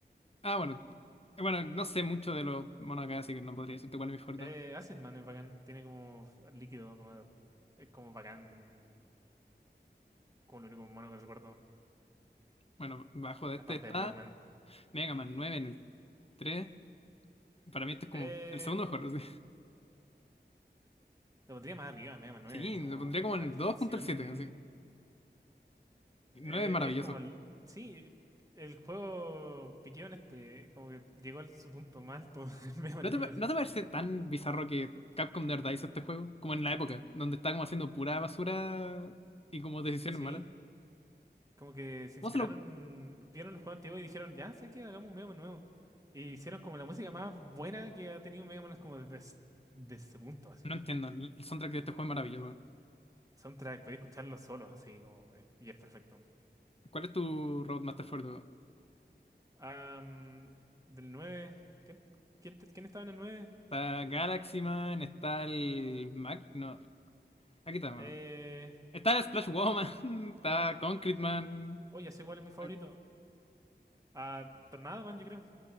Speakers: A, on the left; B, on the right.
A: Ah, bueno. Eh, Bueno, no sé mucho de los monos acá, así que no podría decirte cuál es mi favorito.
B: Eh, Acid Man es bacán. Tiene como f- líquido, como... Es como bacán Como lo único humano que recuerdo.
A: Bueno, bajo de
B: Aparte
A: este está
B: de Blockman.
A: Mega Man nueve en el 3. Para mí este es como
B: Eh,
A: el segundo mejor, así.
B: lo pondría más arriba,
A: <laughs>
B: Mega Man 9.
A: Sí,
B: Como
A: lo pondría como
B: la
A: en el
B: perfección.
A: 2 junto al 7, así. 9
B: Eh,
A: es maravilloso.
B: es como. el- sí, el juego Piquión este. Como que llegó a su punto más alto <laughs> en Mega Man
A: ¿No te,
B: 9.
A: pa- no te parece tan bizarro que Capcom de verdad hizo este juego? Como en la época, donde está como haciendo pura basura y como decisiones
B: Sí.
A: malas.
B: Como que se
A: ¿Cómo
B: inspiraron.
A: se le
B: Vieron el juego antiguo y dijeron, ya sé que hagamos un Mega Man nuevo. Y hicieron como la música más buena que ha tenido Mega Man. Es como desde, es- desde ese punto, así
A: No
B: como.
A: entiendo, el el soundtrack de este juego es maravilloso.
B: Soundtrack, podéis escucharlo solo, así como. es- y es perfecto.
A: ¿Cuál es tu Roadmaster favorito?
B: Am, del nueve ¿Quién, quién, te- quién estaba en el nueve
A: Está Galaxy Man, está el Mac, no, aquí está, bueno.
B: Eh,
A: Está el Splash Woman, <laughs> está
B: oh,
A: Concrete Man,
B: oh, ya sé cuál es mi favorito.
A: aquí-
B: Ah, Tornado Man, yo creo.